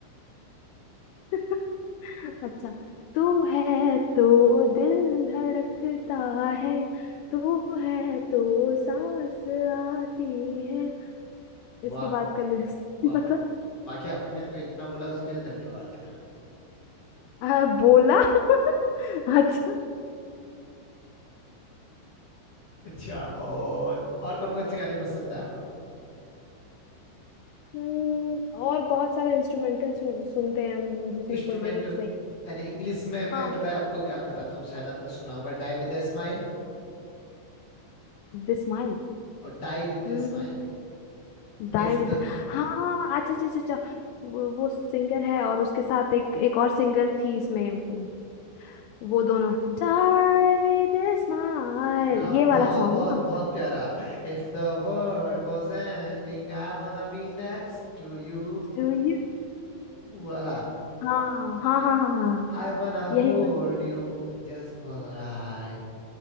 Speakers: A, on the left; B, on the left.
A: <laughs> अच्छा तू है तो दिल धड़कता है तू है तो सांस आती है
B: वाह
A: इसके बाद का लिरिक्स
B: वाह
A: नहीं पता
B: बाकी आपने मेरे को इतना बोला उसके लिए धन्यवाद
A: आ, बोला <laughs> अच्छा
B: अच्छा और और कौन कौन से गाने पसंद है आपको
A: हम्म, और बहुत सारे इंस्ट्रूमेंटल सुनते हैं हम जिसमें
B: इंस्ट्रूमेंटल
A: कोई लिरिक्स नहीं होते
B: यानी इंग्लिश में मैं
A: हाँ
B: पता है आपको एक गाना बताता हूँ शायद आपने सुना होगा डाई विद द स्माइल
A: the smile
B: और die with
A: Hmm
B: the smile
A: die
B: If
A: with
B: the
A: हाँ अच्छा अच्छा अच्छा अच्छा। वो, वो सिंगर है और उसके साथ एक एक और सिंगर थी इसमें हम्म, वो दोनों डाई विद स्माइल
B: हाँ
A: ये
B: बहुत
A: वाला सॉन्ग
B: बहुत
A: ना
B: बहुत प्यारा If the world was ending I wanna be next to you
A: To you
B: वाला
A: हाँ हाँ हाँ हाँ हाँ हाँ,
B: I wanna
A: यही
B: hold
A: वाला
B: you just for a ride